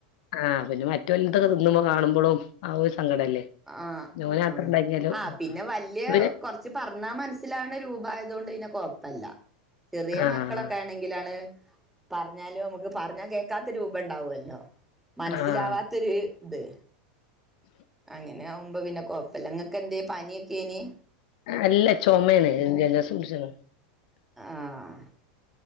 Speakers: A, on the left (about 65°); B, in the centre.
A: ആഹ പിന്നെ മറ്റ വല്ലത്തൊക്കെ തിന്നുമ്പോ കാണുമ്പോഴും ആ സങ്കടല്ലേ
B: ആ
A: ഓന്
B: ആ
A: മാത്രം ഉണ്ടാക്കിയാലോ
B: ആ പിന്നെ വല്ിയ
A: പിന്നെ
B: കുറച്ച് പറഞ്ഞാ മനസ്സിലാണ് രൂപ അതുകൊണ്ട് പിന്നെ കൊഴപ്പല്ല ചെറിയ
A: ആഹ്
B: മക്കളൊക്കെ ആണെങ്കിലാണ് പറഞ്ഞാലോ നമുക്ക് പറഞ്ഞാ കേൾക്കാത്തൊരൂപ ഉണ്ടാവല്ലോ മനസ്സിലാവാത്തൊരു-
A: ആഹ്
B: ഇത് അങ്ങനെ ആകുമ്പോ പിന്നെ കൊഴപ്പില്ല ഇങ്ങക്കെ എന്തെ പനിയൊക്കെനി
A: അല്ല ചുമയാണ് ജലദോഷം പിടിച്ചെന്ന്
B: ആഹ്